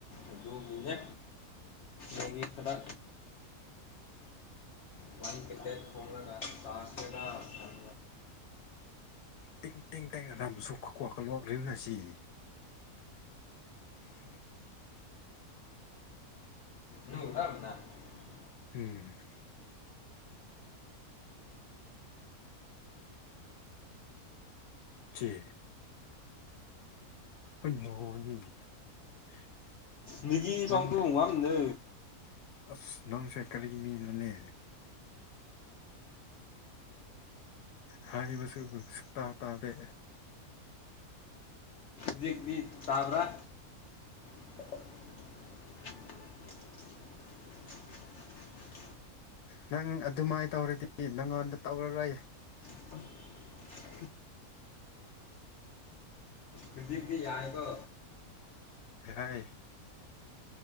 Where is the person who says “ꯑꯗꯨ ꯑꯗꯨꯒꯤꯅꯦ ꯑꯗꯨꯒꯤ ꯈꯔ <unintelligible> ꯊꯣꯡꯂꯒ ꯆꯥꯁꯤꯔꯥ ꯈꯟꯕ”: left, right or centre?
Left